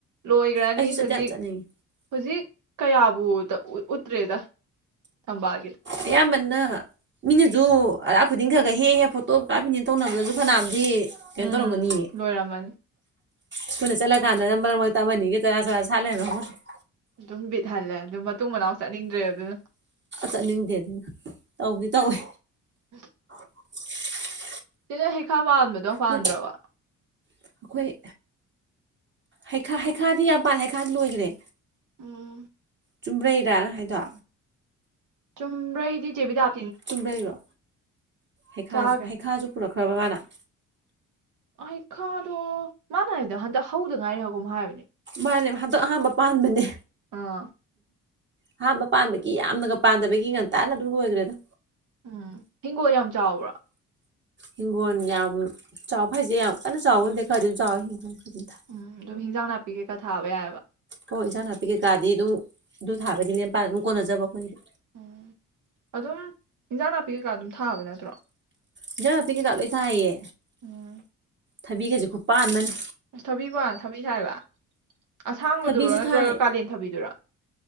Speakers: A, on the right; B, on the right.
A: ꯂꯣꯏꯒꯔ꯭ꯅꯤ
B: ꯑꯩꯁꯨ ꯆꯠꯇ
A: ꯍꯧꯖꯤꯛ
B: ꯌꯥꯝ ꯆꯠꯅꯤꯡꯉꯤ
A: ꯍꯧꯖꯤꯛ ꯀꯌꯥ ꯎꯠꯇ꯭ꯔꯦꯗ ꯊꯝꯕꯥꯜꯒꯤ
B: ꯑꯌꯥꯝꯕꯅ ꯃꯤꯅꯖꯨ ꯑꯔꯥꯛ ꯈꯨꯗꯤꯡ ꯈꯔ ꯈꯔ ꯍꯦꯛꯑ ꯐꯣꯇꯣ ꯀꯥꯞꯄꯤꯅꯦ ꯇꯧꯅꯕꯗꯁꯨ ꯐꯅꯥꯝꯗꯤ ꯀꯩꯅꯣ
A: ꯎꯝ
B: ꯇꯧꯔꯝꯒꯅꯤꯌꯦ
A: ꯂꯣꯏꯔꯝꯃꯅꯤ
B: ꯑꯈꯣꯏꯅ ꯆꯠꯂꯀꯥꯟꯗꯅ ꯃꯔꯛ ꯃꯔꯛꯇ ꯑꯃ ꯑꯅꯤꯒ ꯆꯔꯥ ꯆꯔꯥ ꯁꯥꯠ ꯂꯩꯔꯝꯕꯔꯥ ꯈꯪꯄꯣꯠꯇꯦ
A: ꯑꯗꯨꯝ ꯕꯤꯠ ꯍꯜꯂꯦ ꯑꯗꯨꯃꯠ ꯃꯇꯨꯡ ꯃꯅꯥꯎ ꯆꯠꯅꯤꯡꯗ꯭ꯔꯦ ꯑꯗꯨꯅ
B: ꯆꯠꯅꯤꯡꯗꯦ ꯑꯗꯨꯅ ꯇꯧꯕꯗꯤ ꯇꯧꯋꯦ
A: ꯎꯝ
B: <inaudible>
A: ꯆꯦ ꯅꯪ ꯍꯩꯈꯥ ꯄꯥꯟꯕꯗꯣ ꯄꯥꯟꯗꯔ꯭ꯕꯣ
B: ꯅꯣꯏ ꯑꯩꯈꯣꯏ ꯍꯩꯈꯥ ꯍꯩꯈꯥꯗꯤ ꯌꯥꯝꯄꯥꯟ ꯍꯩꯈꯥꯗꯤ ꯂꯣꯏꯒꯔ꯭ꯦ
A: ꯎꯝ
B: ꯆꯨꯝꯕ꯭ꯔꯩꯔꯥ ꯅꯪ ꯍꯥꯏꯗꯣ
A: ꯆꯨꯝꯕ꯭ꯔꯩꯗꯤ ꯆꯦꯕꯤꯗ
B: ꯆꯨꯝꯕ꯭ꯔꯩꯔꯣ ꯍꯩꯈ
A: ꯆꯥꯈ꯭ꯔꯦ
B: ꯍꯩꯈꯥꯁꯨ ꯄꯨꯔꯛꯈ꯭ꯔꯕ ꯃꯥꯅ
A: ꯑꯍꯩꯈꯥꯗꯣ ꯃꯥꯅ ꯍꯥꯏꯕꯗ ꯍꯟꯗꯛ ꯍꯧꯗ ꯉꯥꯏꯔꯤ ꯍꯥꯏꯒꯨꯝ ꯍꯥꯏꯕꯅꯦ
B: ꯃꯥꯅꯦꯕ ꯍꯟꯗꯛ ꯑꯍꯥꯟꯕ ꯄꯥꯟꯕꯅꯦ
A: ꯑꯥ
B: ꯑꯍꯥꯟꯕ ꯄꯥꯟꯕꯒꯤ ꯌꯥꯝꯅꯒ ꯄꯥꯟꯗꯕꯒꯤ ꯉꯟꯇꯥꯅ ꯑꯗꯨꯝ ꯂꯣꯏꯒꯔ꯭ꯦꯗ
A: ꯎꯝ ꯍꯤꯡꯒꯣꯜ ꯌꯥꯝ ꯆꯥꯎꯕ꯭ꯔꯥ
B: ꯍꯤꯡꯒꯣꯟ ꯌꯥꯝ ꯆꯥꯎꯕ ꯍꯥꯏꯁꯦ ꯌꯥꯝ ꯀꯟꯅ ꯆꯥꯎꯕ ꯅꯠꯇꯦ ꯈꯔꯗꯤ ꯑꯗꯨꯝ ꯆꯥꯎꯋꯦ ꯑꯗꯨꯝ ꯊꯥꯏ
A: ꯎꯝ ꯍꯤꯡꯖꯥꯡ ꯅꯥ ꯄꯤ ꯀꯩꯀꯥ ꯊꯥꯕ ꯌꯥꯏꯌꯦꯕ
B: ꯑꯣ ꯏꯟꯁꯥꯡ ꯅꯥꯄꯤ ꯀꯩ ꯀꯥꯗꯤ ꯑꯗꯨꯝ ꯑꯗꯨ ꯊꯥꯕꯩꯗꯤ ꯂꯦꯝꯄꯥꯅ ꯑꯗꯨꯝ ꯀꯣꯟꯅꯖꯕ ꯑꯈꯣꯏꯒꯤꯗꯤ
A: ꯎꯝ ꯑꯗꯨꯝ ꯏꯟꯖꯥꯡ ꯅꯥꯄꯤ ꯀꯩꯀꯥ ꯑꯗꯨꯝ ꯊꯥꯕ ꯅꯠꯇ꯭ꯔꯣ
B: ꯏꯟꯖꯥꯡ ꯅꯥꯄꯤ ꯀꯩꯀꯥ ꯂꯣꯏ ꯊꯥꯏꯌꯦ
A: ꯎꯝ
B: ꯊꯕꯤꯒꯁꯦ ꯈꯨꯄꯥꯟꯃꯅꯤ
A: ꯑꯁ ꯊꯥꯕꯤ <unintelligible> ꯊꯥꯕꯤ ꯊꯥꯏꯌꯦꯕ ꯑꯁꯥꯡꯕꯗꯨꯔꯣ
B: ꯊꯕꯤꯁꯨ
A: ꯅꯠꯇ꯭ꯔꯒ
B: ꯊꯥꯏ
A: ꯀꯥꯂꯦꯟ ꯊꯕꯤꯗꯨꯔꯥ